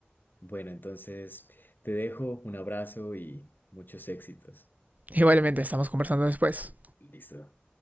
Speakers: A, on the left; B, on the right.
A: Bueno, entonces te dejo un abrazo y muchos éxitos.
B: Igualmente, estamos conversando después.
A: Listo.